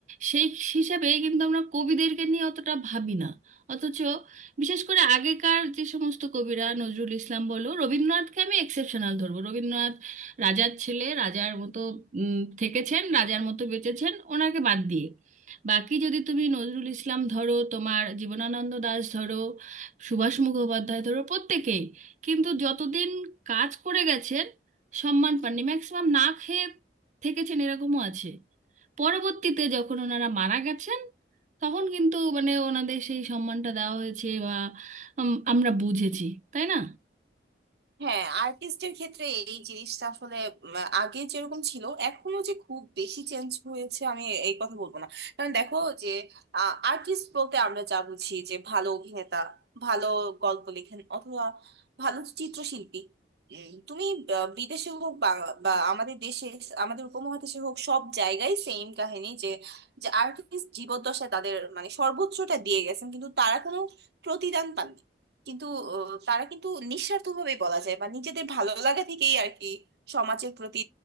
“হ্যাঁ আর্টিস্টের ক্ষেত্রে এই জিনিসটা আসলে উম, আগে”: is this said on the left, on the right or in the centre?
Right